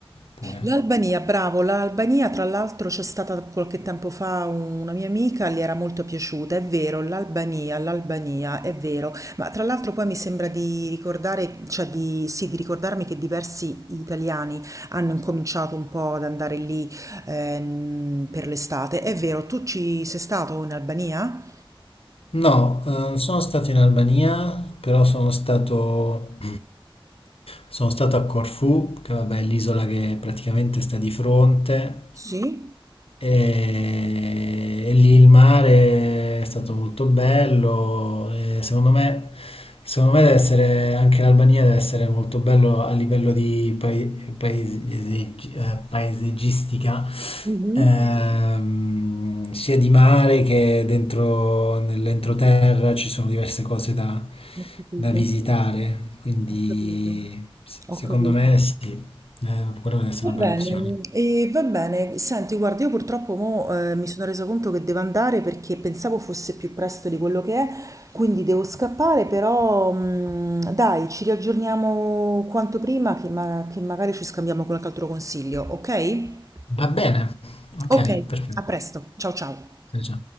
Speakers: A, on the left; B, on the right.
A: pure.
B: L'Albania, bravo, l'Albania tra l'altro c'è stata qualche tempo fa una mia amica, le era molto piaciuta, è vero, l'Albania, l'Albania, è vero, ma tra l'altro poi mi sembra di ricordare, cioè di, sì, di ricordarmi che diversi italiani hanno incominciato un po' ad andare lì ehm, per l'estate, è vero, tu ci sei stato in Albania?
A: No, eh, non sono stato in Albania, però sono stato, sono stato a Corfù, che vabbè, è l'isola che praticamente sta di fronte,
B: Sì?
A: e, e lì il mare è stato molto bello, e secondo me, secondo me deve essere, anche l'Albania deve essere molto bello a livello di pae- paesaggi- eh, paesaggistica,
B: Mhm,
A: Ehm, sia di mare che dentro nell'entroterra ci sono diverse cose da,
B: Ho capito,
A: da visitare, quindi
B: ho capito,
A: s-
B: ho
A: secondo
B: capito.
A: me sì, eh, quella deve essere
B: Va
A: una
B: bene,
A: bella opzione.
B: e va bene. Senti, guarda, io purtroppo mo, eh, mi sono resa conto che devo andare perché pensavo fosse più presto di quello che è, quindi devo scappare, però mh, dai, ci riaggiorniamo quanto prima che, ma- che magari ci scambiamo qualche altro consiglio, ok?
A: Va bene, ok,
B: Ok,
A: perfetto.
B: a presto. Ciao ciao.
A: Eh già.